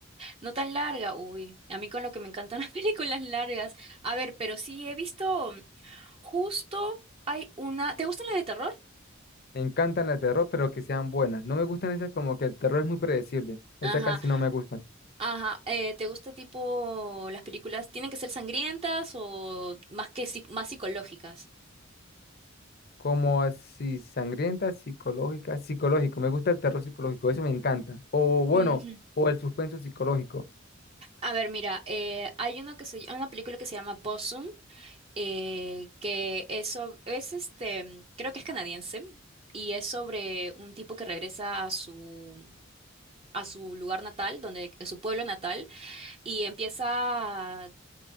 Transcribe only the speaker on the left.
Me encantan las de terror, pero que sean buenas. No me gustan esas como que el terror es muy predecible. Esas
casi no me gustan.
Como así sangrientas, psicológicas, psicológico. Me gusta el terror psicológico, eso me encanta. O bueno,
o el suspenso psicológico.